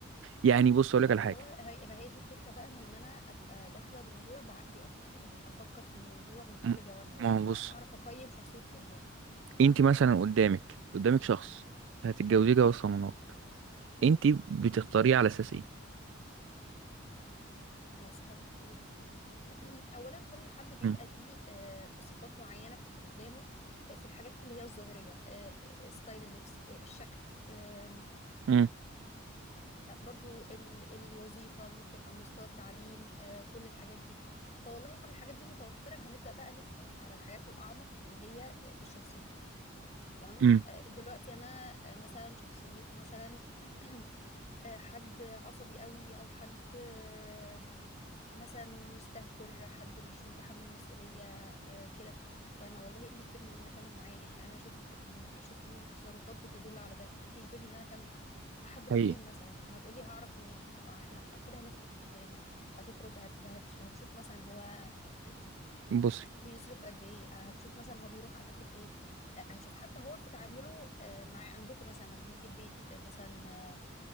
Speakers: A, on the right; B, on the left.
A: يعني بص أقول
B: آه،
A: لك على حاجة
B: هو هي ما هي دي الفكرة بقى من ان انا ابقى داخلة الموضوع بعقلي اكتر يعني افكر في الموضوع من كل
A: م-
B: جوانبه
A: ما
B: أ-
A: هو بص
B: اعرف اقيم شخصية اللي قدامي
A: أنت مثلا قدامك قدامك شخص
B: مم.
A: هتتجوزيه جواز صالونات
B: مم.
A: أنت بتختاريه على أساس إيه؟
B: على ساحات كتير يعني <clears throat> اولا كل حد بيبقى
A: مم.
B: ليه آه، صفات معينه في اللي قدامه آه، في الحاجات اللي هي الظاهريه آه، آه، ستايل اللبس آه، الشكل آم،
A: مم.
B: آه، برضو ال- الوظيفه ممكن او مستوى التعليم آه، كل الحاجات دي فوالله كل الحاجات دي متوفره هنبدا بقى ندخل على الحاجات الاعمق اللي هي آه، الشخصيه تمام
A: مم.
B: آه، دلوقتي انا آه، مثلا شخصيته مثلا <clears throat> آه، حد عصبي قوي او حد آه، مثلا مستهتر حد مش متحمل مسؤولية آه، كده فأنا والله إيه اللي يجبرني إن أنا أكمل معاه يعني أنا شفت إنه شفت منه تصرفات بتدل على ده إيه اللي يجبرني إن أنا أكمل حد بخيل
A: حقيقي
B: مثلا هتقولي هعرف منين آه، إحنا أكيد هنخرج يعني هتخرج هت هت هتشوف مثلا هو <clears throat>
A: بصي
B: بيصرف قد ايه آه، هتشوف مثلا هو بيروح اماكن ايه آه، هتشوف حتى هو في تعامله آه، مع عندكم مثلا لما بيجي البيت آه، مثلا